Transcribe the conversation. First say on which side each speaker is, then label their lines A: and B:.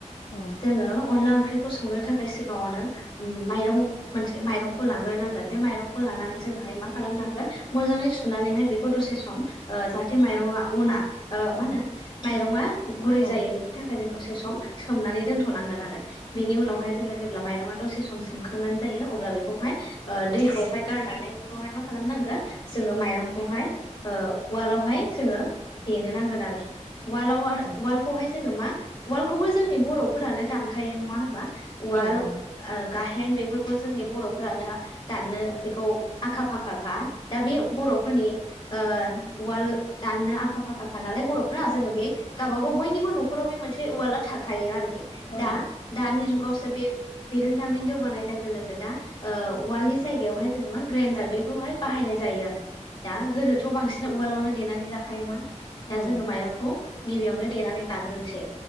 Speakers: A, on the left; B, on the left.
A: औ
B: जोङो अनला ओंख्रि खौ संनो थाखाय सिगाङावनो उम माइरं मोनसे माइरंखौ लाग्रोनांगोन बे माइरंखौ लानानै जो जोंहाय मा खालामनांगोन मोजाङै सुनानैहाय बेखौ दसे सम ओ जाहाथे माइरंआ अना ओ मा
A: उम
B: होनो माइरङा गुरै
A: औ
B: जायो बिनि थाखाय जों दसे दसे सम सोमनानै दोन'नांगोन आरो बेनि उनावहाय जों जेब ब्ला माइरंआ दसे सम सोमखांनानै जायो अब्ला बेखौहाय ओ दैखौहाय गारनानै बेखौहाय मा खालामनांगो जोङो माइरंखौहाय ओ उवालावहाय जोङो देनो नांगोन आरोखि उवालआव आरो
A: औ
B: वार्ल्डखौहाय जोङो मा वार्ल्डखौबो जोंनि बर'फोरानो दानखायो नङा होनबा उवाल
A: औ
B: ओ
A: औ
B: गाहेन बे फोरखौ जोंनि बर'फोरानो दाननो बेखौ आखा फाखाखा दा बे बर'फोरनि ओ उवाल दाननो आखा फाखाखा नालाय बर'फ्रा जोङो बे गाबागाव बयनिबो नखराव बे मोनसे उविलआ थाखायो आरोखि
A: औ
B: दा दानि जुगाव सो बे बिरोंदामिन जौगानाय लोगो लोगो दा ओ उवालनि जायगायावहाय जोङो मा ग्रेनडार बेफोरखौ हाय बाहायनाय जायो आरो दा गोदोथ' बांसिन उवालावनो देनानै जाखायोमोन दा
A: औ
B: जोङो माइरंखौ गिबियावनो देनानै लाग्रोनोसै